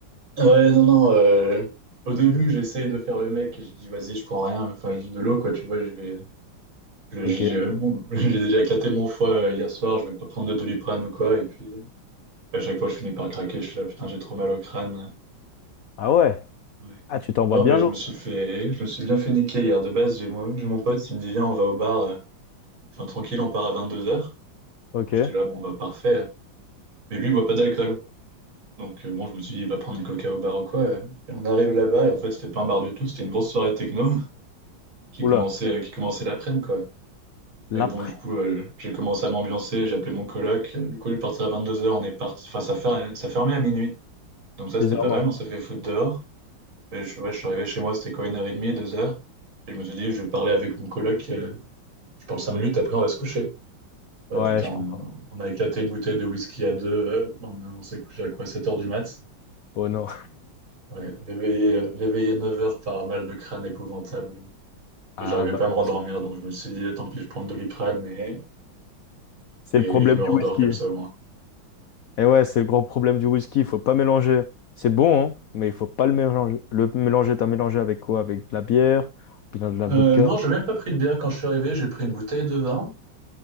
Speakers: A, on the right; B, on the left.
A: Ouais, non, non. euh, Au début, j'essayais de faire le mec et je dis, vas-y, je prends rien, enfin, juste de l'eau, quoi, tu vois, je vais. je-
B: Ok.
A: je- dis, euh, bon, <laughs> J'ai déjà éclaté mon foie euh, hier soir, je vais pas prendre de Doliprane ou quoi. Et puis, euh, à chaque fois, je finis par craquer, je suis là, putain, j'ai trop mal au crâne.
B: Ah ouais.
A: Ouais.
B: Ah, tu t'envoies
A: Non,
B: bien
A: mais je
B: lourd.
A: me suis fait. Je me suis bien fait niquer hier. De base, j'ai moi, j'ai mon pote, il me dit, viens, on va au bar. euh, Enfin, tranquille, on part à vingt-deux heures.
B: Ok.
A: J'étais là, bon, bah, parfait. Mais lui, il boit pas d'alcool. Donc, euh, bon, je me suis dit, il va prendre un coca au bar ou quoi. euh. Et on arrive là-bas, et en fait, c'était pas un bar du tout, c'était une grosse soirée techno <laughs> qui
B: Oula.
A: commençait, euh, qui commençait l'après-midi, quoi.
B: L'après,
A: Mais bon, du coup, euh, j'ai commencé à m'ambiancer, j'ai appelé mon coloc. euh, Du coup, il est parti à 22h, on est parti. Enfin, ça fer- ça fermait à minuit. Donc, ça,
B: bizarrement.
A: c'était pas mal, on s'est fait foutre dehors. Et je, ouais, je suis arrivé chez moi, c'était quoi, une heure et demie, deux heures. Et je me suis dit, je vais parler avec mon coloc. euh, je parle cinq minutes, après, on va se coucher. Ah,
B: Ouais,
A: putain,
B: je
A: on,
B: comprends.
A: on a éclaté une bouteille de whisky à deux. euh, on, on s'est couché à quoi, sept heures du mat.
B: Oh non.
A: Ouais, réveillé, réveillé 9 heures par un mal de crâne épouvantable.
B: Ah
A: Et j'arrivais
B: bah,
A: pas à me
B: le
A: rendormir,
B: whisky.
A: donc je me suis dit, eh, tant pis, je prends le Doliprane et,
B: c'est
A: et,
B: le problème
A: et je me
B: du
A: rendors
B: whisky.
A: comme ça au moins.
B: Et ouais, c'est le grand problème du whisky. Il faut pas mélanger. C'est bon, hein, mais il faut pas le mélanger. Le mélanger, t'as mélangé avec quoi? Avec de la bière, ou bien de la
A: Euh,
B: vodka.
A: non, j'ai même pas pris de bière quand je suis arrivé, j'ai pris une bouteille de vin